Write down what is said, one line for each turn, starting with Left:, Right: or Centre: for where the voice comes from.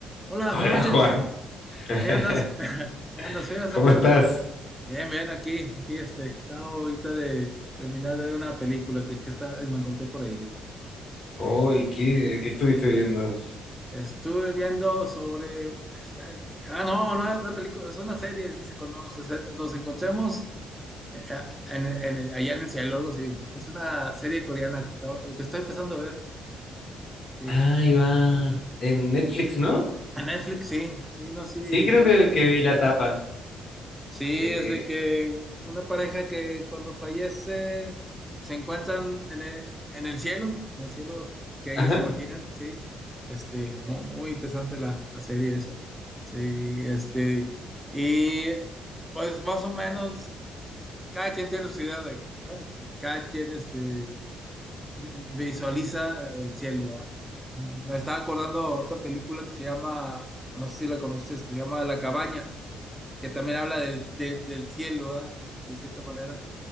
Centre: Hola,
Left: Hola
Centre: buenas noches.
Left: Juan, <laughs>
Centre: Ahí andas. <laughs> Ahí andas. Sí, hace
Left: ¿Cómo
Centre: mucho
Left: estás?
Centre: que no. Bien, bien, aquí, aquí este. Acabo ahorita de terminar de ver una película que, que está, eh, me encontré por ahí. Sí.
Left: Hoy, ¿qué, qué estuviste viendo?
Centre: Estuve viendo sobre. Está, ah, no, no es una película, es una serie. Dice, cuando nos, acer- nos encontremos eh, en- en- allá en el cielo, algo así. Es una serie coreana que, acabo- que estoy empezando a ver. Sí.
Left: ahí va, en Netflix, ¿no?
Centre: En Netflix, sí. Sí, no, sí.
Left: Sí, creo que, que vi la tapa.
Centre: Sí,
Left: Eh,
Centre: es de que una pareja que cuando fallece se encuentran en el, en el cielo, en el cielo que
Left: ajá.
Centre: ellos imaginan, sí. Este, mu- muy, interesante la, la serie esa. Sí, este, y pues más o menos cada quien tiene su idea de, pues, bueno, cada quien este, visualiza el cielo. ¿verdad? Me estaba acordando otra película que se llama, no sé si la conociste, que se llama La Cabaña que también habla del, del, del cielo, ¿verdad? de cierta manera,